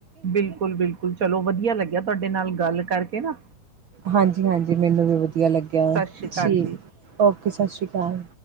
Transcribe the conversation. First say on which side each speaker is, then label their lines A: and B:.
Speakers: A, on the right; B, on the right.
A: ਬਿਲਕੁਲ-ਬਿਲਕੁਲ ਚਲੋ ਵਧੀਆ ਲੱਗਿਆ ਤੁਹਾਡੇ ਨਾਲ ਗੱਲ ਕਰਕੇ ਨਾ
B: ਹਾਂਜੀ-ਹਾਂਜੀ ਮੈਨੂੰ ਵੀ ਵਧੀਆ ਲੱਗਿਆ
A: ਸਤਿ ਸ਼੍ਰੀ ਅਕਾਲ
B: ਠੀਕ,
A: ਜੀ
B: ਓਕੇ ਸਤਿ ਸ਼੍ਰੀ ਅਕਾਲ।